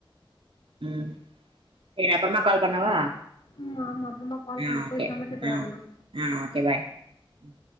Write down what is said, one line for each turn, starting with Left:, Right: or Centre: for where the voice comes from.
Right: ம் செரி அப் அப்றமா கால் பண்ணவா
Left: ம் ஆமா அப்புறமா கால்
Right: ஆ
Left: பண்ணு
Right: ஓகே
Left: போய் சமைச்சிட்டு
Right: ஆ
Left: வரே நா
Right: ஆ ஓகே பாய் ம்